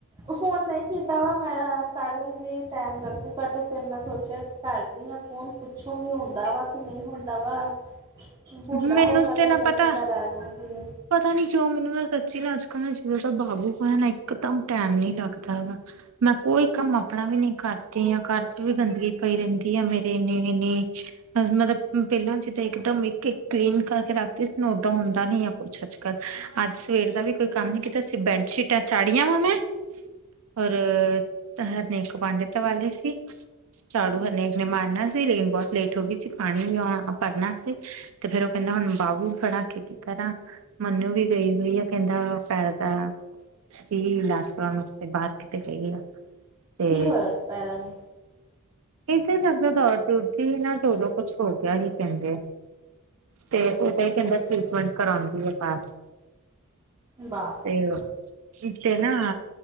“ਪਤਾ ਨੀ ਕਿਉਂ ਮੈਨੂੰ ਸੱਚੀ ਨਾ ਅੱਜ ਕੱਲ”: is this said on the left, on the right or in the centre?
Right